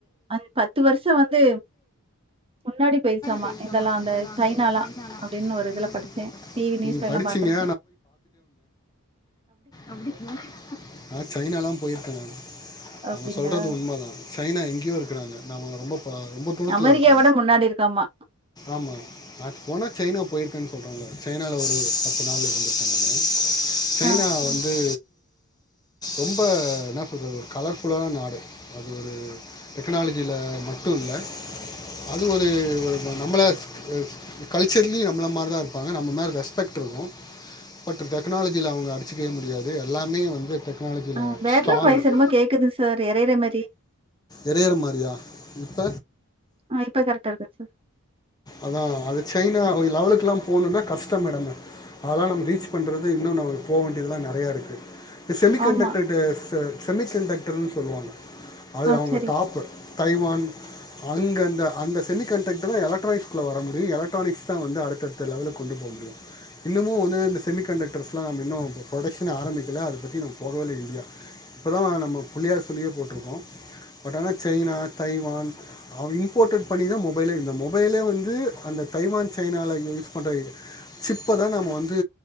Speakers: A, on the right (about 25°); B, on the left (about 20°).
A: அஞ் பத்து வருஷ வந்து முன்னாடி போய்ருச்சாமா
B: போயிருக்காமா
A: இதெல்லா அந்த
B: அப்பெல்லாம்
A: சைனாலா
B: சைனாலாம்
A: அப்டின்னு
B: அப்படின்னு
A: ஒரு இதுல படிச்சே
B: இதில் படிச்சேன்
A: டிவி நியூஸ்லலா
B: நீங்கள் படிச்சீங்க
A: பாத்திருக்கே
B: அப்டிங்களா போயிருக்காங்க
A: அப்படிங்களா?
B: அவுங்க சொல்றது உண்ம தா சைனா எங்யோருக்குறாங்க நம்மள ரொம்பப் அ ரொம்ப தூரத்துலருக்கோ
A: அமெரிக்காவோட முன்னாடி இருக்காமா.
B: ஆமா அ பொனக் சைனா போயிருக்கே சொல்றாங்க சைனால ஒரு பத்து நாளு இருந்துருக்கே நானு சைனா
A: ஆ. சரி.
B: வந்து ரொம்ப என்னா சொல்றது ஒரு கலர்ஃபுல்லானனாடு அது ஒரு டெக்னாலஜியில மட்டு இல்ல அது ஒரு ஒரு நம்மள க்-கல்ச்சர்லயு நம்ள மாரிதா இருப்பாங்க நம்ம மேல ரெஸ்பெக்ட்ருக்கு பட் டெக்னாலஜியில அவுங்க அடிச்சக்கவே முடியாது எல்லாமே வந்து டெக் க்னாலஜியில
A: ஆ பேக்கிரவுண்ட்
B: ஸ்டராங்க்
A: வாய்ஸ் என்னமோ கேட்குது சார் இரையிற மாரி.
B: எறையுற மாறியா இப்ப
A: ஆ இப்ப கரெக்ட்டா இருக்கா சார்
B: அதா அது சைனா ஒரு லெவலுக்லா போணும்னா கஷ்டோ மேடம் அதலா நம்ம ரீச் பண்றது இன்னு நம்ம போவேண்டியதுலா நெறையாருக்கு செமி
A: ஆமா.
B: கண்டக்டர்ட்டு ச செமிக் சென்டக்டருன் சொல்லுவாங்க அது
A: ஆ
B: அவுங்க
A: சரி.
B: டாப்பு தைவான் அங்க அந்த அந்த செமிகண்டக்டரு எ எலக்ட்ராஸ்க்குள்ள வரமுடியு எலக்ட்ரானிக்ஸ் தா வந்து அடுத்தடுத்த லெவலுக்கொண்டு போ முடியு இன்னமு வந்து இந்த செமி கண்டக்டர்ஸ்லா மின்னு ப்ரொடக்க்ஷன ஆரம்பிக்கல அத பத்தி நம் போக <unintelligible> இப்பதா நம்ம புள்ளையார் சுழியே போட்ருக்கோ பட் ஆனா சைனா தைவான் அ இம்போர்டட் பண்ணிதா மொபைலே இன்னுமும் மொபைலே வந்து அந்த தைவான் சைனால யூஸ் பண்ற சிப்ப தா நாம வந்து